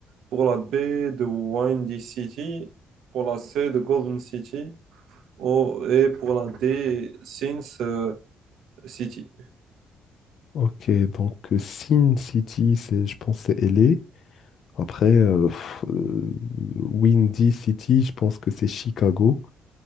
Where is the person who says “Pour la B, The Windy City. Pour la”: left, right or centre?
Right